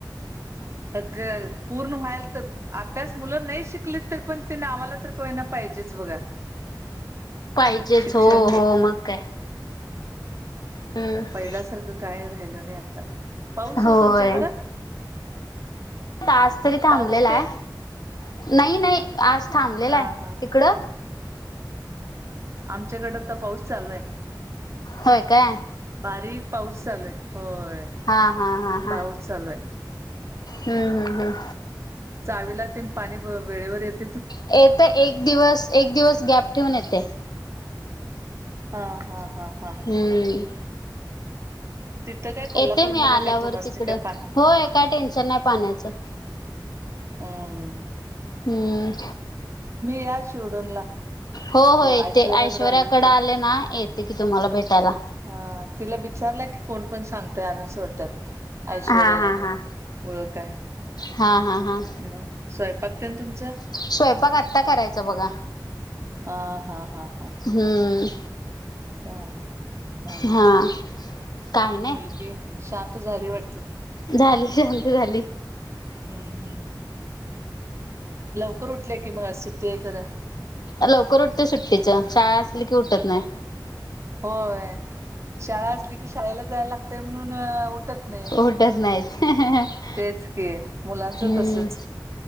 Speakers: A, on the right (about 40°); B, on the left (about 60°).
A: पूर्ण व्हायल तर अभ्यास मुलं नाही शिकली तर पण ते नावाला तरय ना पाहिजेच बघा.
B: पाहिजेच
A: शिक्षण
B: हो
A: हे
B: हो मग काय. हम्म
A: पहिल्यासारखं काय राहिल नाही आता. पाऊस
B: होय
A: हो तुमच्याकडं?
B: आज तरी थांबलेला
A: पाऊस तेन
B: आहे नाही नाही आज थांबलेला
A: हा
B: आहे.
A: हा.
B: तिकडं?
A: आमच्याकडे तर पाऊस चालू आहे.
B: होय काय
A: बारीक पाऊस चालूय होय.
B: हा हा हा हा
A: पाऊस चालू आहे
B: हम्म हम्म हम्म
A: चावीला तीन पाणी वेळेवर येत
B: येत एक दिवस एक दिवस गॅप ठेवून येते.
A: हा हां हां
B: हम्म
A: तिथं काय कोल्हापूरमध्ये
B: येते मी आल्यावर
A: काय तुम्हासनी
B: तिकडं
A: काय पा
B: होय काय टेन्शन नाही पाण्याचं.
A: हम्
B: हम्म
A: या शिरडूनला
B: हो हो येते
A: ऐश्वर्याकडे
B: ऐश्वरवर्याकडे
A: आली तर
B: आले ना येत. की तुम्हाला भेटायला.
A: हा तिला विचारला की कोण पण सांगतय अनून सोडतात. ऐश्वर्याला
B: हा हा हा.
A: ओळखय.
B: हा हा हा
A: ह स्वयंपाक तेन तुमचं?
B: स्वयंपाक आत्ता करायचा बघा
A: हा हा हा हा
B: हम्म
A: हा नन
B: हा
A: का
B: काय नाही
A: मुलगे शांत झाली वाटते
B: झाली शांत झाली.
A: हम् लवकर उठले की मग अस सु ते आहे खरां
B: लवकर उठते सुट्टीच शाळा असेल की उठत नाही
A: होय शाळा असली की शाळेला जायला लागतेय म्हणून उठत नाही
B: उटच नाहीत
A: तेच की मुलांचं
B: हम्म
A: तसच